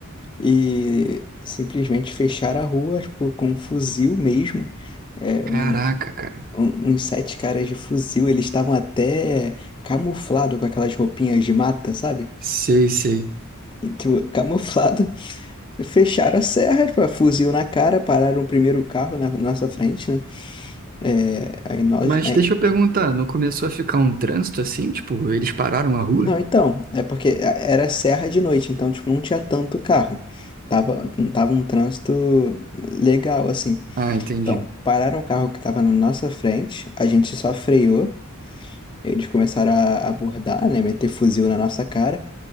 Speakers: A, on the left; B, on the right.
A: e simplesmente fecharam a rua, tipo, com um fuzil mesmo. É,
B: Caraca,
A: um,
B: cara.
A: um- uns sete caras de fuzil, eles estavam até camuflado com aquelas roupinhas de mata, sabe?
B: Sei, sei.
A: Tipo, <laughs> camuflado. Fecharam a serra, tipo, fuzil na cara, pararam o primeiro carro na nossa frente, né? É, aí nós,
B: Mas deixa eu perguntar, não começou a ficar um trânsito assim? Tipo, eles pararam a rua?
A: Não, então, é porque era serra de noite, então, tipo, não tinha tanto carro. Tava, tava um trânsito legal, assim.
B: Ah, entendi.
A: Então, pararam o carro que tava na nossa frente, a gente só freou, eles começaram a abordar, né, meter fuzil na nossa cara,